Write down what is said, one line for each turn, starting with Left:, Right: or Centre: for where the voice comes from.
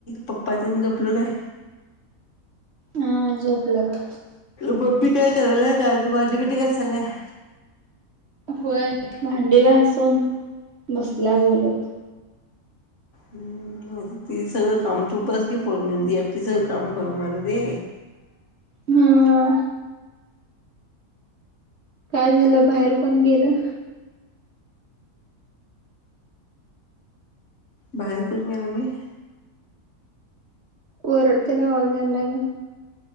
Left: पप्पा तेन झोपलं काय?
Right: हा झोपल्यात.
Left: मम्मी काय कराल्या काय? अजून भांडी-बिंडी घासाल्या काय?
Right: व्हयं भांडी घासून, बसल्या बोलत.
Left: हुं.... नाहीतर ती सगळं काम तू बस की, फोन घेऊन ती एकटी सगळं काम करून मरू दे.
Right: हं..... काय झालं बाहेर कोण गेलं.?
Left: बाहेर कोण गेलं नाही.
Right: वरडतेला आवाज यालाय गं.